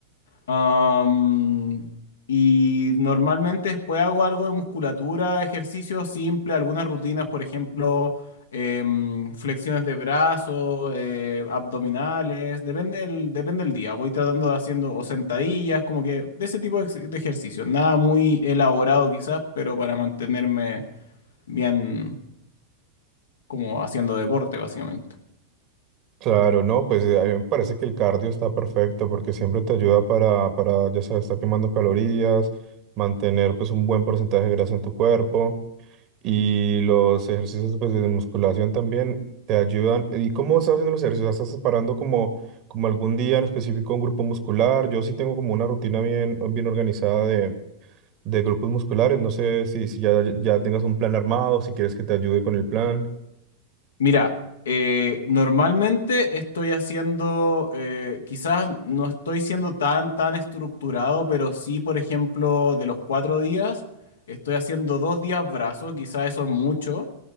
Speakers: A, on the left (about 65°); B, on the right (about 40°).
A: Am, y normalmente después hago algo de musculatura, ejercicio simple, algunas rutinas, por ejemplo, em, flexiones de brazos, eh, abdominales, depende del, depende del día. Voy tratando de haciendo o sentadillas, como que de ese tipo de, ex- de ejercicio. Nada muy elaborado quizás, pero para mantenerme bien como haciendo deporte, básicamente.
B: Claro, no, pues eh, a mí me parece que el cardio está perfecto porque siempre te ayuda para, para, ya sabes, estar quemando calorías, mantener pues un buen porcentaje de grasa en tu cuerpo y los ejercicios pues de musculación también te ayudan. ¿Y cómo estás haciendo los ejercicios? ¿Estás separando como, como algún día en específico un grupo muscular? Yo sí tengo como una rutina bien, bien organizada de, de grupos musculares. No sé si, si ya, ya tengas un plan armado, si quieres que te ayude con el plan.
A: Mira, eh, normalmente estoy haciendo, eh, quizás no estoy siendo tan, tan estructurado, pero sí, por ejemplo, de los cuatro días, estoy haciendo dos días brazos, quizás eso es mucho.